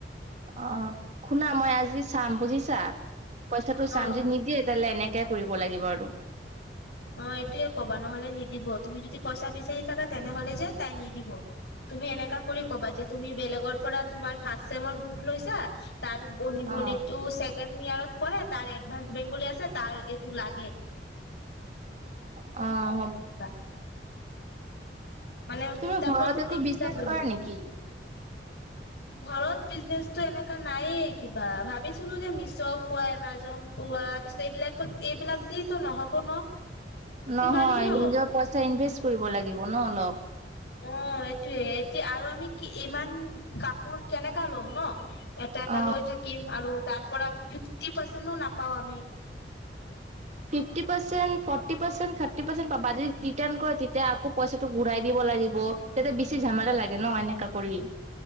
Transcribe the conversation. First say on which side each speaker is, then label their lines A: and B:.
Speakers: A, on the right; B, on the left.
A: অহ শুনা মই আজি চাম বুজিছা পইচাটো চাম
B: অ'।
A: যদি নিদিয়ে তেতিয়া হ'লে এনেকে এতিয়া কৰিব লাগিব আৰু
B: অ এইটোৱে ক'বা নহ'লে নিদিব তুমি যদি পইচা বিচাৰি থাকা তেনেহ'লে যে তাই নিদিব তুমি এনেকা কৰি ক'বা যে তুমি বেলেগৰ পৰা তোমাৰ ৰ্ফাষ্ট্ৰ চেমৰ বুক লৈছা তাৰ ভনী ভনীটো
A: অ
B: ছেকেণ্ড ইয়েৰত পঢ়ে তাৰ এডভান্স বেংগলী আছে তাৰ এইটো লাগে
A: অহ
B: <unintelligible> মানে
A: তুমি
B: কিতাপৰ
A: ঘৰত
B: বদলি
A: একো
B: কিতাপ
A: বিজনেচ
B: লৈ
A: কৰা
B: ল'বা
A: নেকি
B: ঘৰত বিজনেচটো এনেকা নাইয়ে কিবা ভাবিছিলো যে মিছো কোৱা এমাজং কোৱা পিছত এইবিলাক এইবিলাক দি ত নহ'ব ন কিমানেই
A: নহয়
B: নহ'ব
A: নিজৰ পইচা ইনভেষ্ট কৰিব লাগিব ন অলপ
B: অ এইটোৱে এতিয়া আৰু আমি কি ইমান কাপোৰ কেনেকা ল'ম ন এটা এটা
A: অ
B: লৈ থাকিম আৰু তাৰ পৰা ফিফটি পাৰ্চেণ্টও নাপাওঁ আমি
A: fifty percent forty percent thirty percent পাবা আৰু যদি ৰিটাৰ্ণ কৰে তেতিয়া আকৌ পইচাটো ঘূৰাই দিব লাগিব তেতিয়া বেছি ঝামেলা লাগে ন এনেকা কৰি